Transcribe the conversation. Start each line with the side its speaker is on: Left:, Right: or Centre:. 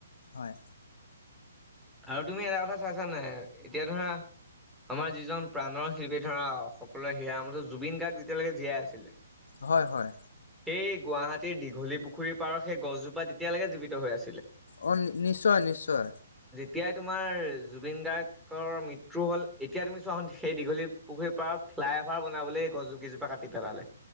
Left: হয়।
Centre: আৰু তুমি এটা কথা চাইছানে, এতিয়া ধৰা আমাৰ যিজন প্ৰাণৰ শিল্পী ধৰা সকলোৰে হিয়াৰ আমঠু জুবিন গাৰ্গ যেতিয়ালেকে জীয়াই আছিলে।
Left: হয় হয়।
Centre: সেই গুৱাহাটীৰ দীঘলী পুখুৰীৰ পাৰৰ সেই গছজোপা তেতিয়ালৈকে জীৱিত হৈ আছিলে।
Left: অ' নি-নিশ্চয় নিশ্চ শ্চয়।
Centre: তিয়াই তোমাৰ জুবিন গাৰ্গকৰ মৃত্যু হ'ল, এতিয়া তুমি চোৱাহুন সেই দীঘলী পুখুৰীৰ পাৰত ফ্লাই অভাৰ বনাবলে এই গছ কিজোপা কাটি পেলালে।